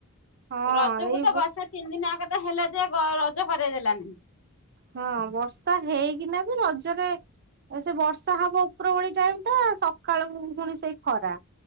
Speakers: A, on the right; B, on the left.
A: ହଁ
B: ରଜକୁ
A: ଏଇ
B: ତ ବର୍ଷା ତିନି ଦିନ ଯାକ ତ ହେଲା ଯେ ଗ ରଜ କରେଇ ଦେଲାନି।
A: ହଁ ବର୍ଷା ହେଇକିନା ବି ରଜରେ ଏ ସେ ବର୍ଷା ହବ ଉପର ଉଳି ଟାଇମ୍ ଟା ସକାଳୁ ପୁଣି ସେଇ ଖରା।